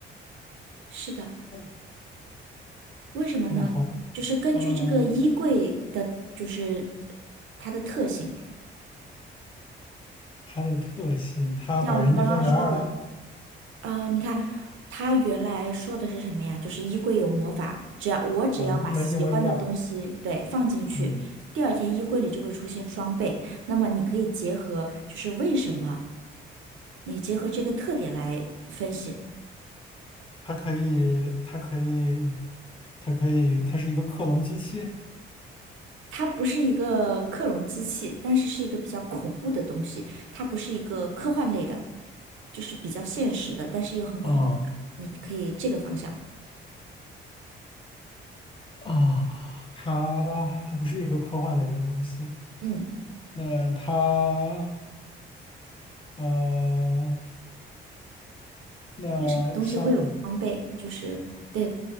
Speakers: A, on the right; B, on the left.
A: 是的，
B: 嗯，
A: 为什么呢？
B: 他的好，
A: 就是根据这个衣柜的，
B: 嗯，
A: 就是它的特性。
B: 他的特性，他把人一分为二了
A: 像我们刚刚说，啊、你看他原来说的是什么呀？就是衣柜有魔法，只要我只要把喜欢的东西对放进去，
B: 啊，一模一模一样。嗯，
A: 第二天衣柜里就会出现双倍。那么你可以结合，就是为什么你结合这个特点来分析。
B: 它可以，它可以，它可以，它是一个克隆机器。
A: 它不是一个克隆机器，但是是一个比较恐怖的东西。它不是一个科幻类的，就是比较现实的，但是又很恐怖的你可以这个方向，
B: 哦啊，它它不是一个科幻类的东西。
A: 嗯。
B: 那它呃，那像
A: 为什么东西会有装备？就是对，